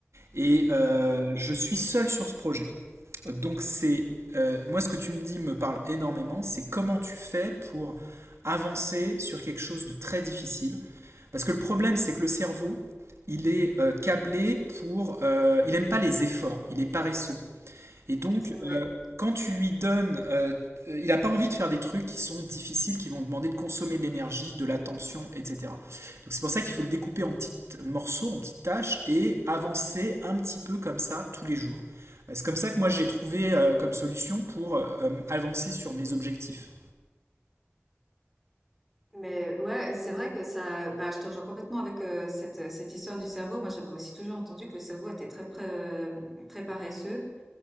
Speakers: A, on the right (about 80°); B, in the centre.
A: et euh,
B: Ok.
A: je suis seul sur ce projet. Donc c'est euh, moi ce que tu me dis me parle énormément, c'est comment tu fais pour avancer sur quelque chose de très difficile. Parce que le problème c'est que le cerveau, il est euh, câblé pour... euh, il aime pas les efforts, il est paresseux. Et donc,
B: C'est- Ouais.
A: euh, quand tu lui donnes, euh, euh, il n'a pas envie de faire des trucs qui sont difficiles, qui vont demander de consommer de l'énergie, de l'attention, etc. Donc c'est pour ça qu'il faut le découper en petits morceaux, en petites tâches, et avancer un petit peu comme ça tous les jours. Euh, C'est comme ça que moi j'ai trouvé euh, comme solution pour euh, euh, avancer sur mes objectifs.
B: Mais ouais, c'est vrai que ça, bah, je te rejoins complètement avec euh, cette, cette histoire du cerveau. Moi, j'avais aussi toujours entendu que le cerveau était très, pré- euh, très paresseux